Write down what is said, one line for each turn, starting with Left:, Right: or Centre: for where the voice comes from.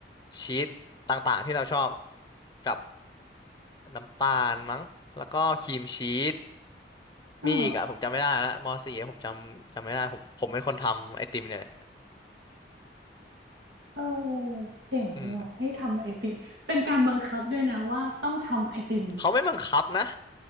Left: ชีสต่างๆที่เราชอบกับน้ำตาลมั้งแล้วก็ครีมชีส
Right: อ๋อ
Left: มีอีกอะผมจำไม่ได้แล้วมสี่ผมจำจำไม่ได้ผมผมเป็นคนทำไอติมเนี่ยแหละ
Right: เออเจ๋งดีว่ะให้ทำไอติมเป็นการบังคับด้วยนะว่าต้องทำไอติม
Left: อืมเขาไม่บังคับนะ